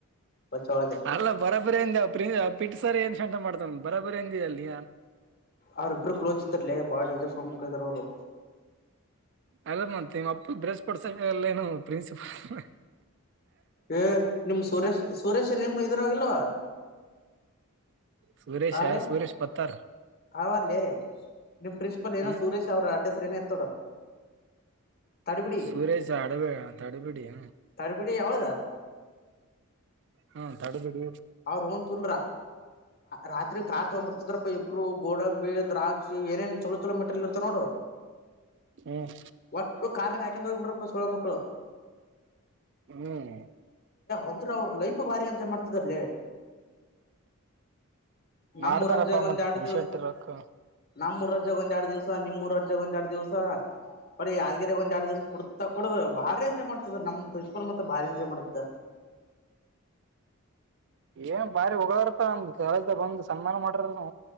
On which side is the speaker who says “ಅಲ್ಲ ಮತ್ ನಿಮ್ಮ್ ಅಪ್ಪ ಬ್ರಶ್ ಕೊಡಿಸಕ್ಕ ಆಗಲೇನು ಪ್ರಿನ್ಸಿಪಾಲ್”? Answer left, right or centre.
Right